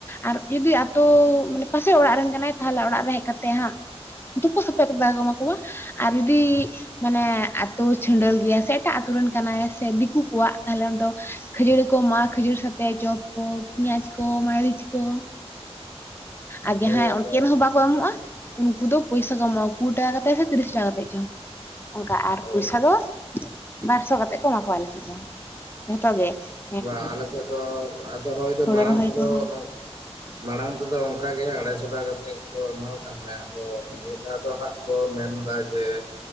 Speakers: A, on the left; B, on the right.
A: ᱟᱨ ᱡᱩᱫᱤ ᱟᱛᱳ ᱢᱟᱱᱮ ᱯᱟᱥᱮ ᱚᱲᱟᱜ ᱨᱮᱱ ᱠᱟᱱᱟᱭ ᱾ ᱛᱟᱦᱚᱞᱮ ᱚᱲᱟᱜ ᱨᱮ ᱦᱮᱡ ᱠᱟᱛᱮ ᱦᱟᱸᱜ ᱛᱩᱯᱩ ᱥᱟᱯᱟ ᱠᱟᱛᱮ ᱫᱟᱠᱟ ᱠᱚ ᱮᱢᱟᱠᱚᱣᱟ, ᱟᱨ ᱡᱩᱫᱤ ᱢᱟᱱᱮ ᱟᱛᱳ ᱪᱷᱤᱰᱟᱹᱞ ᱜᱮᱭᱟᱭ ᱥᱮ ᱮᱴᱟᱜ ᱟᱛᱳ ᱨᱮᱱ ᱠᱟᱱᱟᱭ ᱥᱮ ᱫᱤᱠᱩ ᱠᱚᱣᱟᱜ ᱛᱟᱦᱞᱮ ᱩᱱᱤ ᱫᱚ ᱾ ᱠᱷᱟᱹᱡᱟᱹᱲᱤ ᱠᱚ ᱮᱢᱟᱜ-ᱟ, ᱠᱷᱟᱹᱡᱩᱨ ᱥᱟᱛᱮ ᱪᱚᱯ ᱠᱚ, ᱯᱮᱸᱭᱟᱡᱽ ᱠᱚ, ᱢᱟᱹᱨᱤᱪ ᱠᱚ ᱾ ᱟᱨ ᱡᱟᱦᱟᱸᱭ
B: ᱦᱳᱭ ᱟᱫᱚ
A: ᱪᱮᱱ ᱦᱚᱸ ᱵᱟᱱ᱾ ᱮᱢᱚᱜᱼᱟ, ᱩᱱᱠᱩ ᱫᱚ ᱯᱚᱭᱥᱟ ᱠᱚ ᱮᱢᱚᱜᱼᱟ ᱠᱩᱲᱤ ᱴᱟᱠᱟ ᱠᱟᱛᱮ ᱥᱮ ᱛᱤᱨᱤᱥ ᱴᱟᱠᱟ ᱠᱟᱛᱮ ᱪᱚᱝ ᱾ ᱚᱱᱠᱟ ᱟᱨ
B: ᱚ
A: ᱯᱚᱭᱥᱟ ᱫᱚ ᱼᱼ ᱵᱟᱨᱥᱚ ᱠᱟᱛᱮᱫ ᱠᱚ ᱮᱢᱟ ᱠᱚᱣᱟ ᱟᱞᱮ ᱥᱮᱫ ᱫᱚ ᱡᱚᱛᱚ ᱜᱮ ᱾
B: ᱵᱟᱝ ᱟᱞᱮ ᱥᱮᱫ ᱫᱚ, ᱟᱫᱚ ᱦᱚᱭ ᱫᱚ
A: ᱦᱳᱲᱳ
B: ᱢᱟᱲᱟᱝ
A: ᱨᱚᱦᱚᱭ
B: ᱛᱮᱫᱚ
A: ᱠᱚᱦᱚᱸ
B: ᱾ ᱢᱟᱲᱟᱝ ᱛᱮᱫᱚ ᱚᱱᱠᱟ ᱜᱮ ᱟᱲᱟᱭᱥᱚ ᱴᱟᱠᱟ ᱠᱟᱛᱮᱫ ᱠᱚ ᱮᱢᱟ ᱠᱚ ᱠᱟᱱ ᱛᱟᱦᱮᱸᱫ ᱟᱫᱚ ᱱᱤᱭᱟᱹ ᱫᱷᱟᱣ ᱫᱚ ᱦᱟᱸᱜ ᱾ ᱠᱚ ᱢᱮᱱᱫᱟ ᱡᱮ ᱾